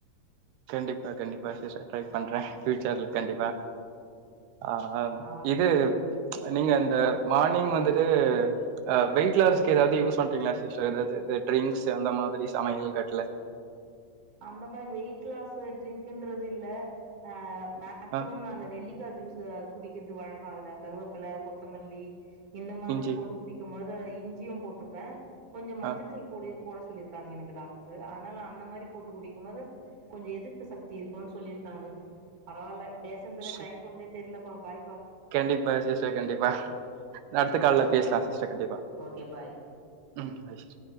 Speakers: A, on the right; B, on the right.
A: கண்டிப்பா கண்டிப்பா சிஸ்டர் ட்ரை பண்றே ஃபியூச்சர்ல கண்டிப்பா ஆ
B: ஆமா
A: இது நீங்க அந்த மார்னிங் வந்துட்டு ஆ வெயிட்லாஸ்கு எதாவது யூஸ் பண்றீங்ளா சிஸ்டர் இது ட்ரிங்க்ஸ் அந்த மாதிரி சமையல் கட்ல
B: அந்த மாரி வெயிட் லாஸ் டிரிங்க்ன்றது இல்ல ஆ மேக்சிமம்
A: ஆ
B: நா அந்த நெல்லிக்கா ஜூஸ் குடிக்கற்து வழக்கோ அதுல கருவேப்ல கொத்தமல்லி இந்த மாதிரி
A: இஞ்சி
B: போட்டு குடிக்கும்போது இஞ்சியு போட்டுப்பே கொஞ்ச மஞ்சத்தூள்
A: ஆ
B: பொடி போட சொல்லியிருக்காங்க எனக்கு டாக்டரு அதனால அந்த மாரி போட்டு குடிக்கும் போது கொஞ்சோ எதிர்ப்பு சக்தி இருக்குனு சொல்லி இருக்காங்க பரவால்ல பேசுன்துல
A: சு
B: டைம் போனதே தெரிலப்பா பாய்ப்பா
A: கண்டிப்பா சிஸ்டர் கண்டிப்பா அடுத்த கால்ல பேசலா சிஸ்டர் கண்டிப்பா
B: ஓகே பாய்
A: ம் வெச்சிட்ற